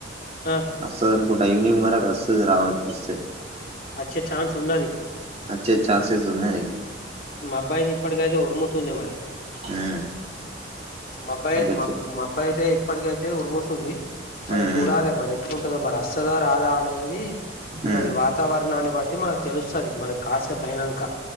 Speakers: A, on the left; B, on the right.
A: ఆ
B: అ వస్తది అనుకుంట ఇవనింగ్ వరకు వస్తది రావలస్తే
A: వచ్చే ఛాన్స్ ఉన్నది
B: వచ్చే ఛాన్సెస్ ఉన్నది
A: మబ్బయిది ఇప్పటిక అయితే ఉరుముతుంది మరి
B: ఉమ్
A: మబ్బయి
B: ఇంకా
A: మా
B: చెప్పు
A: మబ్బయి అయితే ఇప్పటికైతే ఉరుముతుంది మరి
B: ఉమ్
A: చూడాలి మరి ఎట్లుంటందో మరి వస్తదా రాదా అనేది ఇక
B: ఉమ్
A: అది వత వాతావరణాన్ని బట్టి మనకు తెలుస్తది మన కాసేపైనంక